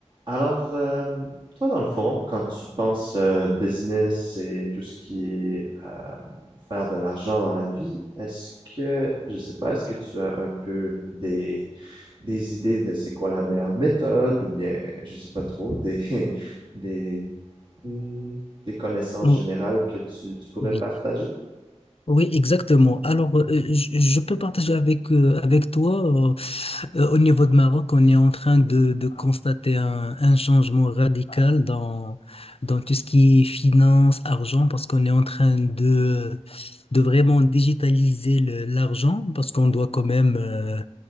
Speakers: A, on the right; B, on the left.
A: Alors, euh, toi, dans le fond, quand tu penses euh, business et tout ce qui est euh, faire de l'argent dans la vie, est-ce que, je sais pas, est-ce que tu as un peu des, des idées de c'est quoi la meilleure méthode ou bien, je sais pas trop, des, <laughs> des, hmm, des connaissances
B: Oh,
A: générales que tu, tu pourrais
B: Oui,
A: partager?
B: oui, exactement. Alors, euh, je, je peux partager avec, euh, avec toi, euh, euh, au niveau de Maroc, on est en train de, de constater un, un changement radical dans, dans tout ce qui est finance, argent, parce qu'on est en train de, de vraiment digitaliser le- l'argent, parce qu'on doit quand même euh,